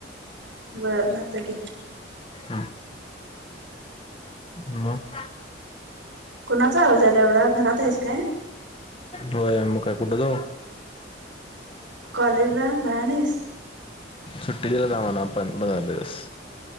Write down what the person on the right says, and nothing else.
बरं राहत की.
कोणाचा आवाज याला एवढा, घरात आहेस काय?
कॉलेजला जाणार नाहीस?